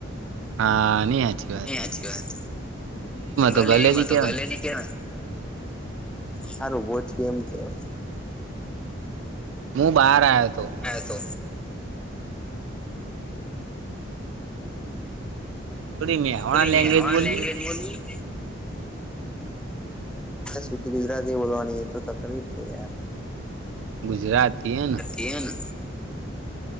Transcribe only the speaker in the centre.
એચ વાત ગલેરી
માં તો
ગલેરી કેવાય સારું ઓોછું એમ કેવાય
હા તો
થોડી
મેહણા
લેંગ્વેજ બોલવી શુદ્ધ ગુજરાતી બોલવાની તો તકલીફ છે યાર
ને